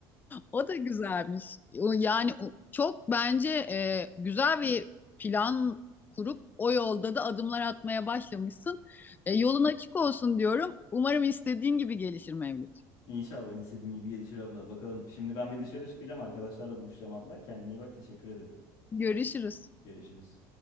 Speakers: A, on the left (about 20°); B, on the left (about 70°).
A: O da güzelmiş. O Yani o- çok bence e, güzel bir plan kurup o yolda da adımlar atmaya başlamışsın. E, yolun açık olsun diyorum. Umarım istediğin gibi gelişir Mevlüt.
B: İnşallah istediğim gibi gelişir abla. Bakalım. Şimdi ben bir dışarı çıkacağım. Arkadaşlarla buluşacağım abla. Kendine iyi bak. Teşekkür ederim.
A: Görüşürüz.
B: Görüşürüz.